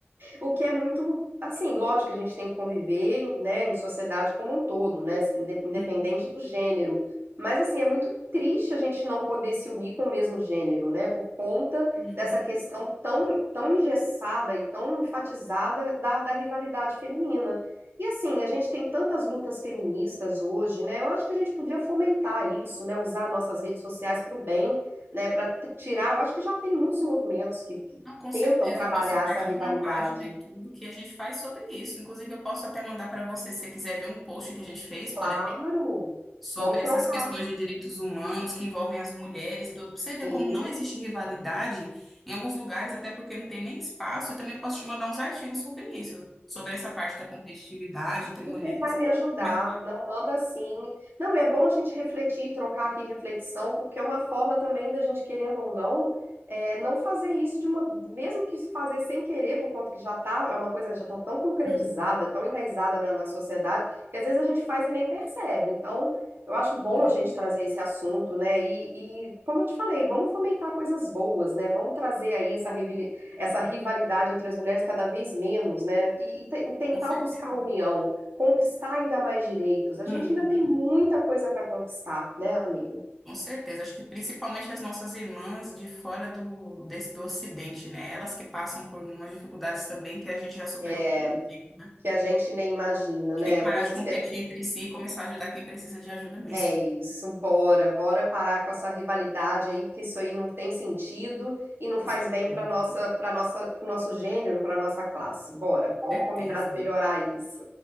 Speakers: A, on the right; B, in the centre.
A: O que é muito, assim, lógico que a gente tem que conviver, né, em sociedade como um todo, né, inde- independente
B: Uhum,
A: do gênero. Mas, assim, é muito triste a gente não poder se unir com o mesmo gênero, né, por conta
B: uhum.
A: dessa questão tão, tão engessada e tão enfatizada da, da rivalidade feminina. E, assim, a gente tem tantas lutas feministas hoje, né, eu acho que a gente podia fomentar isso, né, usar nossas redes sociais para o bem, né, para tirar. Eu acho que já tem muitos movimentos que que
B: Não, com certeza,
A: tentam trabalhar
B: eu faço parte
A: essa rivalidade.
B: de uma página e tudo que a gente faz sobre isso. Inclusive, eu posso até mandar para você, se você quiser ver um post que a gente fez,
A: Claro,
B: por exemplo sobre
A: vamos trocar.
B: essas questões de direitos humanos que envolvem as mulheres e tudo, pra você ver
A: Sim.
B: como não existe rivalidade em alguns lugares, até porque não tem nem espaço, e também posso te mandar uns artigos sobre isso, sobre essa parte da competitividade entre
A: Super
B: mulheres.
A: vai me ajudar,
B: Mas,
A: não manda assim. Não, é bom a gente refletir, trocar aqui reflexão, porque é uma forma também da gente, querendo ou não, é, não fazer isso de uma, mesmo que fazer sem querer, por conta que já tá, é uma coisa já tá tão concretizada,
B: Uhum.
A: tão enraizada na, na sociedade, que às vezes a gente faz e nem percebe. Então, eu acho bom
B: Uhum.
A: a gente trazer esse assunto, né? E, e como eu te falei, vamos fomentar coisas boas, né? Vamos trazer aí essa rivali- essa rivalidade entre as mulheres cada vez menos, né? E, e te- tentar
B: Com certeza.
A: buscar a união conquistar ainda mais direitos. A gente
B: Uhum.
A: ainda tem muita coisa para conquistar, né, amiga?
B: Com certeza. Acho que principalmente as nossas irmãs de fora do, desse, do Ocidente, né? Elas que passam por umas dificuldades também que a gente já superou
A: É,
B: há muito tempo, né?
A: que a gente nem imagina, né?
B: A gente tem que parar
A: Coisas
B: de competir
A: que a-
B: entre si e começar a ajudar quem precisa de ajuda mesmo.
A: é isso.
B: <laughs>
A: Bora, bora parar com essa rivalidade aí, porque isso aí não tem sentido e não
B: Com
A: faz
B: certeza.
A: bem para nossa, para nossa, pro nosso gênero, para nossa classe. Bora,
B: certeza.
A: vamos combinar de melhorar isso.